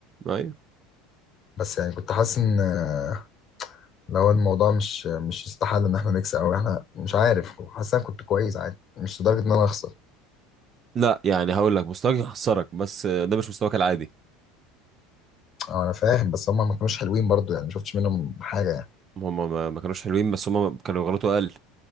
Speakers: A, on the right; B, on the left.
A: ايوه
B: بس يعني كنت حاسس ان آه، لو الموضوع مش مش يستحل ان احنا نكسب او احنا مش عارف حاسس إن انا كنت كويس عادي مش لدرجة ان انا اخسر
A: لا يعني هقول لك مستواك يخسرك بس ده مش مستواك العادي
B: اه انا فاهم بس هم ما كانوش حلوين برضه يعني ما شفتش منهم حاجة يعني
A: هم ما ما كانوش حلوين بس هم كانوا غلطوا اقل